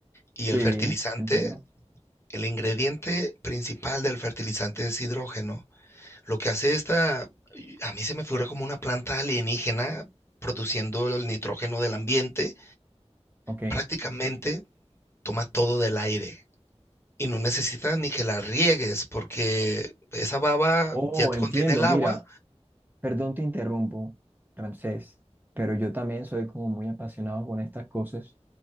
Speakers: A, on the left; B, on the right.
A: y el
B: Sí,
A: fertilizante,
B: entiendo.
A: el ingrediente principal del fertilizante es hidrógeno. Lo que hace esta, y a mí se me figura como una planta alienígena produciendo el nitrógeno del ambiente,
B: Ok.
A: prácticamente toma todo del aire y no necesita ni que la riegues porque esa baba
B: Oh,
A: ya contiene
B: entiendo,
A: el agua,
B: mira, perdón te interrumpo, Ramsés, pero yo también soy como muy apasionado con estas cosas